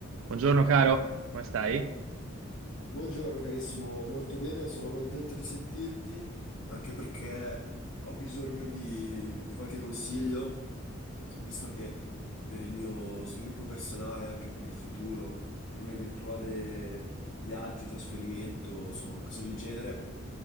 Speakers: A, on the right (about 75°); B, on the left (about 85°).
A: Buongiorno caro, come stai?
B: Buongiorno carissimo, molto bene, sono contento di sentirti, anche perché ho bisogno di, di qualche consiglio, visto che per il mio sviluppo personale, anche per il futuro, per un eventuale viaggio, trasferimento, insomma qualcosa del genere,